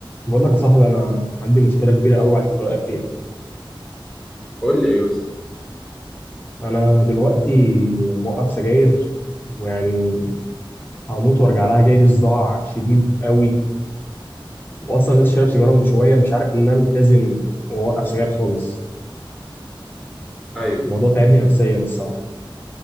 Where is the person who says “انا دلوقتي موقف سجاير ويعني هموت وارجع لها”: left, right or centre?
Left